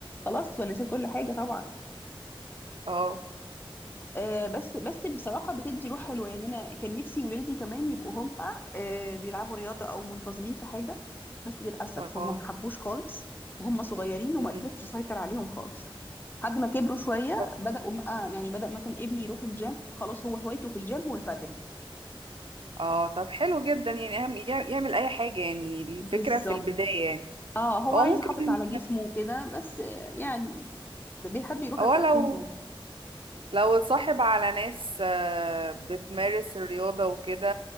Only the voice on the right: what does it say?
اه
اه
مم.
طب-
اه طب حلو جدا يعني اهم يعمل اي حاجه يعني الفكره
في البدايه يعني
هو
ممكن
هو
لو
لو اتصاحب على ناس آه، بتمارس الرياضة وكده